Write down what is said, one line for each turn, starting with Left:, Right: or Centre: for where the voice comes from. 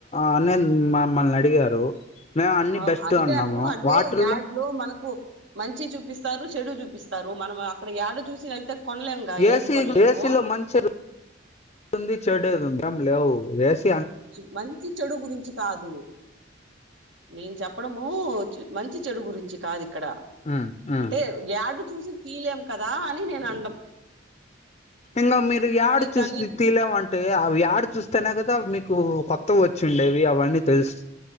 Left: అనే మమ్మల్ని అడిగారు మేము అన్ని
Right: ఆ
Left: బెస్ట్
Right: అడిగాను
Left: అన్నాము
Right: అంటే
Left: వాటర్లో
Right: యాడ్ లో మన మంచి చూపిస్తారు చెడు చూపిస్తారు మనం అక్కడ యాడ్ చూసి అయితే కొనలేముగా ఏది
Left: ఏ సీ
Right: కొనలేము
Left: ఏ సీ లో మంచి <inaudible> ఉంది చెడేది ఉంది ఏం లేవు వేస్
Right: చి మంచి చెడు గురించి కాదు నేను చ ప్పడము మంచి చెడు గురించి కాది క్కడ
Left: ఉమ్ ఉమ్
Right: అంటే గ్యాడు చూసి తీలేం కదా అని నేను అన్డం
Left: ఇంగా మీరు యాడ చూస్తి
Right: దాన్ని
Left: తీలేమంటే అవి యడ చూస్ తనే కదా మీకు కొత్తవి వచ్చిండేవి అవన్నీ తెలుస్